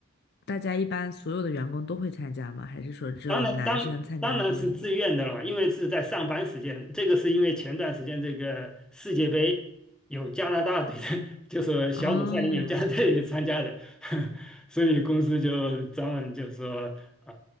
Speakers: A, on the left; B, in the centre.
A: 大家一般所有的员工都会参加吗？还是说只有男生参加的多一点？
B: 当然，当当然是自愿的了，因为是在上班时间。这个是因为前段时间这个世界杯有加拿大队的，就是小组赛里面有加拿大队参加的，
A: 哦，
B: <laughs> 所以公司就专门就说呃